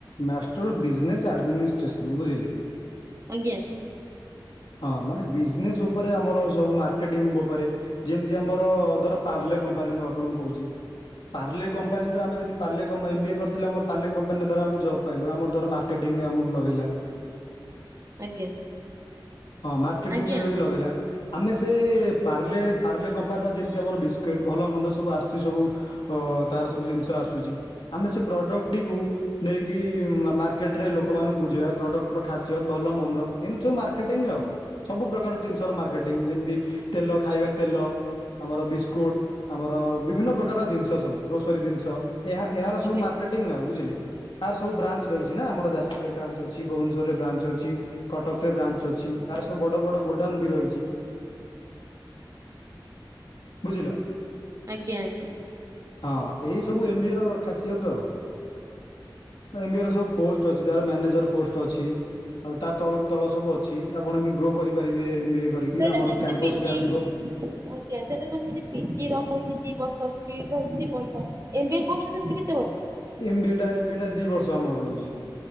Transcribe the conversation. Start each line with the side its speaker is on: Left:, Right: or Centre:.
Left: master business administration ବୁଝିଲେ।
Right: ଆଜ୍ଞା।
Left: ହଁ ମାନେ ବିଜନେସ୍ ଉପରେ ଆମର ଏ ସବୁ ମାର କେଣ୍ଡିଙ୍ଗ ଉପରେ ଯେମିତି ଆମର ଧର ପାର୍ଲେ କମ୍ପାନୀ ମୁଁ ଆପଣଙ୍କୁ କହୁଚି ପାର୍ଲେ କମ୍ପାନୀରୁ ଆମେ ଯଦି ପାର୍ଲେ କମ୍ ଏମ ବି ଏ କରିଥିଲେ ଧର ଆମ ପାର୍ଲେ କମ୍ପାନ ରେ ଧର ଜବ ପାଇଲୁ ଆମର ଧର ମାର୍କଟିଙ୍ଗ ଆମକୁ ଲଗେଇଲା।
Right: ଆଜ୍ଞା।
Left: ହ ମାର୍କେଟିଙ୍ଗ
Right: ଆଜ୍ଞା
Left: ରେ ଯଉ ଲଗେଇ ଲା ଆମେ ସେ ପାର୍ଲେ ପାର୍ଲେ କମ୍ପାନୀର ଯେମିତି ଆମର ବିସ୍କୁିଟ୍ ଭଲ ମନ୍ଦ ସବୁ ଆସୁଚି ସବୁ ଅ ତାର ସବୁ ଜିନିଷ ଆସୁଚି ଆମେ ସେଇ ପ୍ରଡକ୍ଟଟିକୁ ନେଇକି ମାର୍କେଟରେ ଲୋକମାନଙ୍କର ବୁଝେଇବା ପ୍ରଡକ୍ଟ ର ଖାସିୟତ ଭଲ ମନ୍ଦ ଏମତି ସବୁ ମାର୍କେଟିଂ ଆଉ। ସବୁ ପ୍ରକାର ଜିନିଷର ମାର୍କେଟିଂ ଯେମିତି ତେଲ ଖାଇବା ତେଲ ଆମର ବିସ୍କୁଟ ଆମର ବିଭିନ୍ନ ପ୍ରକାର ଜିନିଷ ସବୁ ଗ୍ରୋସରୀ ଜିନିଷ। ଏହା ଏହାର
Right: ଆଜ୍ଞା
Left: ସବୁ ମାର୍କେଟିଂ ଆଉ ବୁଝିଲେ। ଆର୍ ସବୁ ବ୍ରାଞ୍ଚ ରହିଚି ନା ଆମର ଯାଜପୁରରେ ବ୍ରାଞ୍ଚ ଅଛି ଭୁବନେଶ୍ୱରରେ ବ୍ରାଞ୍ଚ ଅଛି କଟକରେ ବ୍ରାଞ୍ଚ ଅଛି। ଆର ସବୁ ବଡ଼ ବଡ଼ ଗୋଡାଉନ୍ ବି ରହୁଚି। ବୁଝିଲ?
Right: ଆଜ୍ଞା ଆଜ୍ଞା।
Left: ହଁ ଏଇ ସବୁ ଏମ ବି ଏ ର ଖାସିୟତ ଆଉ। ଏମ ବି ଏ ର ସବୁ ପୋଷ୍ଟ ଅଛି ତାର ମ୍ୟାନେଜର ପୋଷ୍ଟ ଅଛି ଆଉ ତା ତଳକୁ ତଳ ସବୁ ଅଛି। ଠିକ୍ ଆପଣ ବି ଗ୍ରୋ କରିପାରିବେବ କରିକି
Right: ସେଇଟା
Left: ଆମର
Right: ଯେମିତି
Left: କ୍ୟାମ୍ପସ୍
Right: ପିଜି
Left: ବି ଆସିବ।
Right: ଆଜ୍ଞା ସେଟା ସେମିତି ପିଜି ର ରହିଚି ଦି ବର୍ଷ ବିଡି ରହିଚି ଦି ବର୍ଷ ଏମ୍ବିଏ କୋର୍ସ ର ସେମିତି କିଛି
Left: M B A M B ଏ ଟା ଦି ବର୍ଷ ଆମର ରହୁଚି।